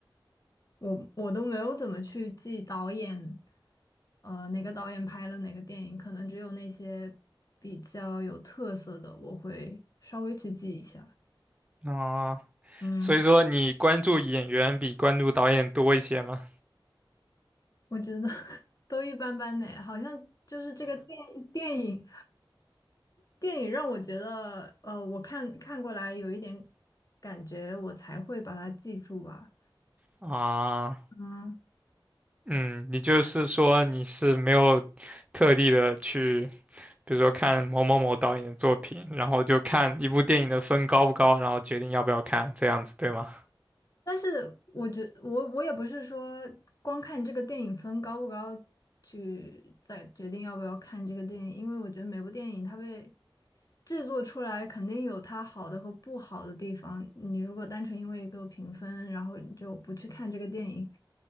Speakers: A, on the left; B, on the right.
A: 我我都没有怎么去记导演，呃，哪个导演拍了哪个电影，可能只有那些比较有特色的，我会稍微去记一下。
B: <laughs> 啊
A: 嗯。
B: 所以说你关注演员比关注导演多一些吗？
A: 我觉得 <laughs> 都一般般呢，好像就是这个电电影电影让我觉得，呃，我看看过来有一点感觉，我才会把它记住吧。
B: 啊，
A: 嗯，
B: 嗯，你就是说你是没有特地的去。比如说看某某某导演的作品，然后就看一部电影的分高不高，然后决定要不要看，这样子对吗？
A: 但是我觉我我也不是说光看这个电影分高不高去再决定要不要看这个电影，因为我觉得每部电影它被制作出来肯定有它好的和不好的地方。你如果单纯因为一个评分，然后你就不去看这个电影，